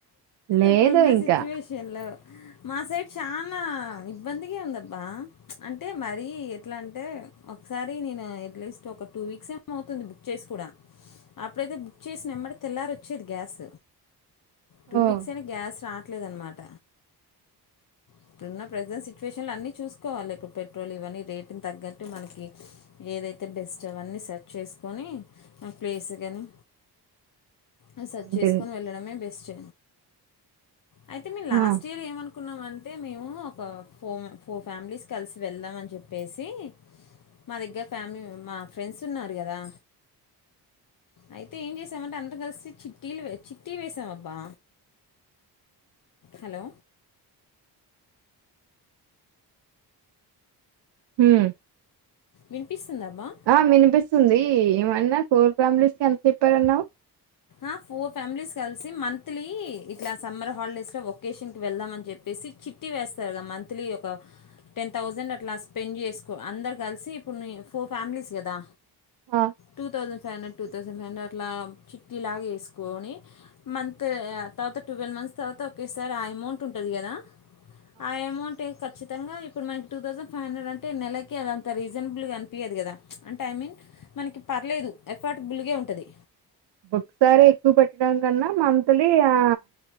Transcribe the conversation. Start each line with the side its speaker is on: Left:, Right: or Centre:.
Right: లేదు
Left: ఇప్పుడున్న
Right: ఇంకా.
Left: సిచ్యువేషన్ లో మా సైడ్ చానా ఇబ్బందిగా ఉంది అబ్బా అంటే మరి ఎట్లా అంటే ఒకసారి నేను నీ నాయిఅప్ అట్లీస్ట్ ఒక టూ వీక్స్ ఏమో అవుతుంది బుక్ చేసి కూడా అప్పుడైతే బుక్ చేసిన ఎంబటే తెల్లారి వచ్చేది గ్యాస్ టూ
Right: ఓహ్!
Left: వీక్స్ అయినా గ్యాస్ రాట్లేదు అన్నమాట ఇప్పుడున్న ప్రెసెంట్ సిచువేషన్ లో అన్ని చూసుకోవాలి ఇప్పుడు పెట్రోల్ ఇవన్నీ రేటుని తగ్గట్టు మనకి ఏదైతే బెస్ట్ అవన్నీ సెర్చ్ చేసు కొని నా ప్లేస్ కానీ ఆ సర్చ్
Right: అంతిన్
Left: చేసుకొని వెళ్ళడమే బెస్ట్ అయితే మేము
Right: ఆ
Left: లాస్ట్ ఇయర్ ఏమను కున్నామంటే మేము ఒక ఫోర్ ఫోర్ ఫ్యామిలీస్ కలిసి వెళ్దాం అని చెప్పేసి మా దగ్గర ఫ్యామిలీ మా ఫ్రెండ్స్ ఉన్నారు కదా అయితే ఏం చేసామంటే అందరు కలిసి చిట్టీలు చిట్టీ వేసాం అబ్బా హలో
Right: హమ్
Left: వినిపిస్తుందబ్బా
Right: ఆ వినిపిస్తుంది ఏమన్నా ఫోర్ ఫ్యామిలీస్ కి ఎంత చెప్పారన్నావు
Left: ఆ ఫోర్ ఫ్యామిలీస్ కలిసి మంత్లీ ఇట్లా సమ్మర్ హాలిడేస్ లో ఒకేషన్ కి వెళ్దాం అని చెప్పి సిక్ చిట్టి వేస్తారు గా మంత్లీ ఒక టెన్ థౌసండ్ అట్లా స్పెండ్ చేసుకో అందరు కలిసి ఇప్పుడు నీ ఫోర్ ఫ్యామిలీస్ కదా
Right: ఆ
Left: two thousand five hundred two thousand five hundred అట్లా టిలాగ వేసుకొని మంత్ తర్వాత ట్వీలివ్ మంత్స్ తర్వాత ఒకేసారి ఆ అమౌంట్ ఉంటుంది కదా ఆ ఏమౌంటే ఖచ్చిత్ మొత్తంగా ఇప్పుడు మనకి టూ థౌసండ్ ఫైవ్ హండ్రెడ్ అంటే నెలకి అది అంతా రీజనబుల్గా అనిపియదు కదా అంటే ఐ మీన్ మనకి పర్లేదు ఎఫర్ట్ బుల్గే ఉంటది
Right: ఓక్ సారి ఎక్కువ పెట్టడం కన్నా మంత్లీ ఆ